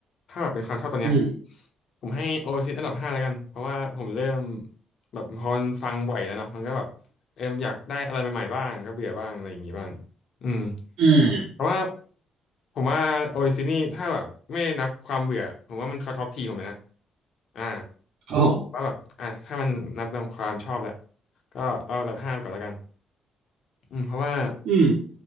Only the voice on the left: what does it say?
ถ้าแบบเป็นความชอบตอนเนี้ย
ผมให้โอซิสอันดับห้าแล้วกันเพราะว่าผมเริ่มแบบพอมันฟังบ่อยแล้วเนาะมันก็แบบเอมอยากได้อะไรใหม่ๆบ้างก็เบื่อบ้างอะไรอย่างงี้บ้างอืม
เพราะว่าผมว่าโอซิสนี่ถ้าแบบไม่นับความเบื่อผมว่ามันเขาท็อปทีผมเลยนะอ่า
ว่าแบบอ่าถ้ามันนับตามความชอบแหละก็เอาอันดับห้าก่อนแล้วกันอืมเพราะว่า